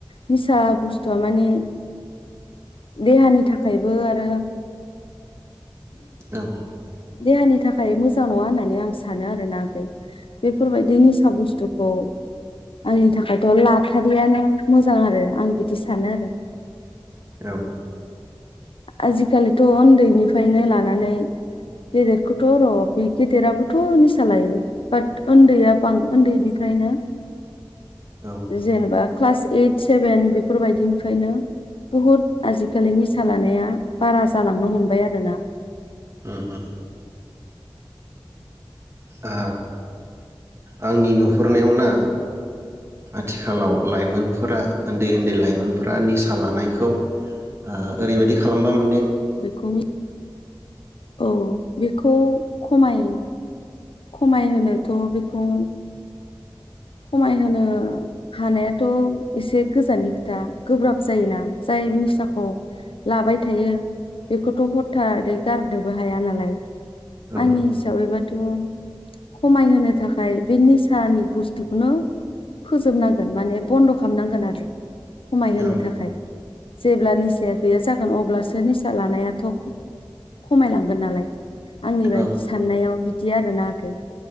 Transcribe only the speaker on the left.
निसा बुस्थुआ माने देहानि थाखायबो आरो
देहानि थाखाय मोजां नङा होननानै आं सानो आरो ना आगै। बेफोरबायदि निसा बुस्थु खौ आंनि थाखायथ' लाथारियानो मोजां आरो आं बिदि सानो आरो।
आजिखालिथ' उन्दैनिफ्रायनो लानानै गेदेरखौथ' र' बे गेदेराबोथ' निसा लायो बाट उन्दैया बां उन्दैनिफ्रायनो
जेनबा क्लास ओइट सेभेन बेफोरबायदिनिफ्रायनो बुहुत आजिखालिनि निसा लानाया बारा जालांनो हमबाय आरोना।
बेखौ औ बेखौ खमाय खमायहोनोथ' बेखौ खमायहोनो हानायाथ' एसे गोजाननि खोथा गोब्राब जायोना जाय निसाखौ लाबाय थायो बेखौथ' हरथादै गारनोबो हाया नालाय।
आंनि हिसाबै बा थ' खमायहो थाखाय बे निसानि बुस्थु खौनो फोजोबनांगोन माने बन्द' खालामनांगोन आरो। खमायहोनो
थाखाय। जेब्ला निसाया गैया जागोन अब्लासो निसा लानायाथ' खमायलांगोन नालाय। आंनि बायदि
साननायाव बि दि आरो आगै